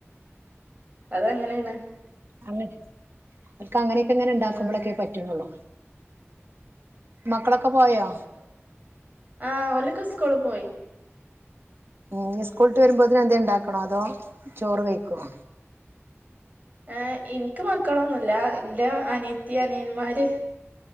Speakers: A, on the right; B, on the right.
A: അത് അങ്ങനെയാണ്
B: ആ അവർക്കങ്ങനൊക്കെ ഇങ്ങനെ ഉണ്ടാക്കുമ്പോളക്കെ
A: ആ
B: പറ്റുന്നുള്ളൂ മക്കളൊക്കെ പോയോ
A: ആ ഓലൊക്കെ സ്കൂളി പോയി
B: ആ സ്കൂളിട്ട് വരുമ്പോതിന് എന്ത ഉണ്ടാക്കണാ അതോ ചോറ് കഴിക്കുവോ
A: ഏ എനിക്ക് മക്കളൊന്നുമില്ല എന്റെ അനിത്തി അനിയന്മാര്